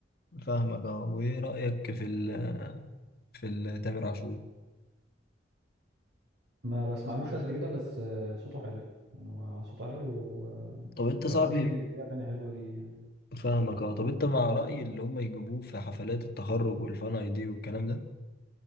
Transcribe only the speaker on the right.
ما بسمعلوش قد كده بس آه، صوته حلو يعني هو صوته حلو و-
واغاني
في اغاني حلوه ليه يعني